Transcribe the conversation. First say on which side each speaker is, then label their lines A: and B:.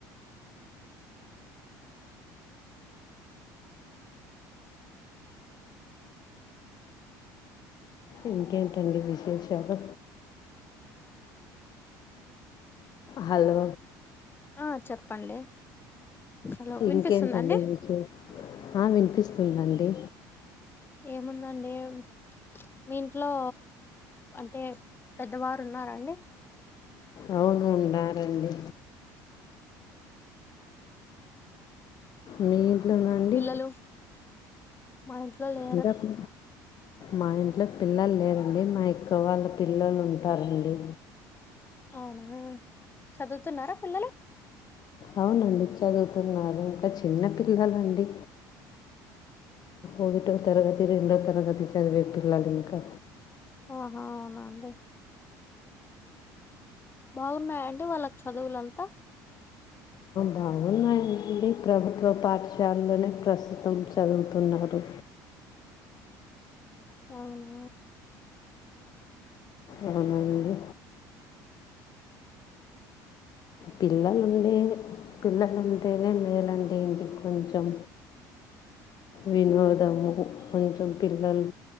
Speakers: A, on the left; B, on the left.
A: ఇంకేంటండి విశేషాలు హాలో
B: ఆ చెప్పండి హలో వినిపిస్తుందండి
A: ఇంకేంటండి విశేషా ఆ వినిపిస్తుందండి
B: ఏముందండి ఏం మీ ఇంట్లో అంటే పెద్దవారు ఉన్నారా అండి
A: అవును ఉన్నారండి మీ ఇంట్లోనా అండి
B: పిల్లలు మా ఇంట్లో లే
A: ఇంకా పి మా ఇంట్లో పిల్లలు లేరండి మా యక్క వాళ్ళ పిల్లలు ఉంటారండి
B: అవునా చదువుతున్నారా పిల్లలు
A: అవును అండి చదువుతున్నారు ఇంకా చిన్న పిల్లలు అండి ఒకటో తరగతి రెండో తరగతి చదివే పీల్లలు ఇంకా
B: ఆహా అవునా అండి బాగున్నాయ అండి వాళ్ళకి చదువులంతా
A: బాగున్నాయ అండి ప్రభుత్వ పాఠశాలలోనే ప్రస్తుతం చదువుతున్నారు
B: అవునా
A: అవున్ అండి పిల్లలుండే పిల్లలు ఉంటేనే మేలు అండి ఇంటికి కొంచెం వినోదము కొంచెం పిల్లలు